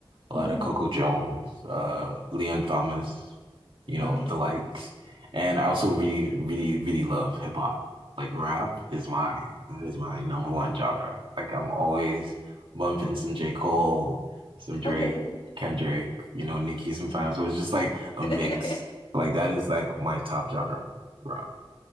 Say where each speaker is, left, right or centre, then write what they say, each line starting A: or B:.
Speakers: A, on the right; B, on the left.
A: a
B: hmm
A: lot of Coco Jones, uh, Leon Thomas, you know,
B: Okay.
A: the likes. And I also really, really, really love hip hop. Like rap is my that is my number one genre. Like I'm always bumping some J. Cole, some Drake,
B: Okay.
A: Kendrick, you know, Nicki sometimes. So it's just like a
B: <laughs>
A: mix. Like that is like my top genre, rap.